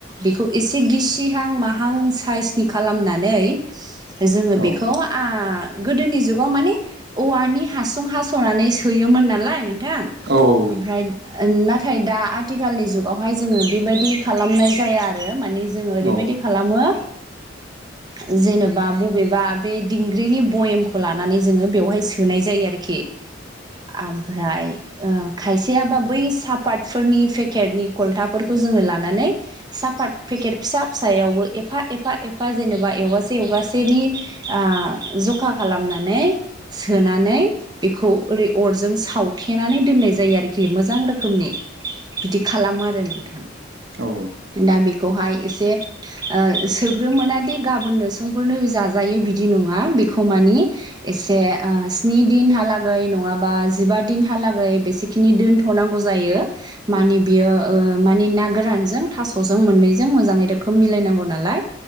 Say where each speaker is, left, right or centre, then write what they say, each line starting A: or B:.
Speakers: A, on the right; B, on the right.
A: बेखौ एसे गिसिहां माहां साइसनि खालामनानै जोङो बेखौ
B: औ
A: आ गोदोनि जुगाव माने औवानि हासुं हास' सनानै सोयोमोन नालाय नोंथां।
B: औ औ
A: ओमफ्राय नाथाय दा आथिखालनि जुग आवहाय जोङो बेबायदि खालामनाय जाया आरो माने जोङो ओरैबायदि
B: औ
A: खालामो
B: <unintelligible>
A: जेनेबा बबेबा बे दिंग्रिनि बयेमखौ लानानै जोङो बेवहाय सोनाय जायो आरो खि आम फ्राय ओ खायसेयाबा बै सापातफोरनि पेकेटनि कलथाफोरखौ जोङो लानानै साफात पेकेट फिसा फिसायावबो एफा एफा एफा जेनेबा एवगासे एवगासेनि ओ जखा खालामनानै सोनानै बेखौ ओरै अरजों सावथेनानै दोननाय जायो आरो कि मोजां रोखोमनि बिदि खालामो आरो नोंथां।
B: औ।
A: दा बेखौहाय एसे सोग्रोमोनादि गाबोननो संफोरनो जाजायो बिदि नङा बेखौ मानि एसे स्नि दिनहालागै नङाबा जिबा दिनहालागै बेसे खिनि दोनथ'नांगौ जायो। मानिे बियो माने ना गोरानजों थास'जों मोननैजों मोजाङै रोखोम मिलायनांगौ नालाय